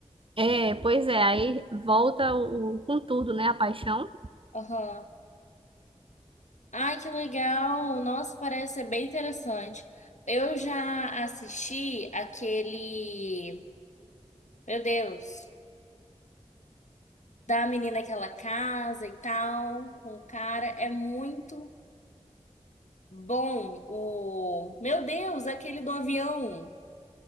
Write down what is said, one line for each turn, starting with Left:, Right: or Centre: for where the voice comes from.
Right: É, pois é, aí volta o, o- com tudo, né? A paixão.
Left: Aham. Ai, que legal! Nossa, parece ser bem interessante. Eu já assisti aquele. Meu Deus! Da menina que ela casa e tal, com o cara. É muito Bom, o. Meu Deus, aquele do avião!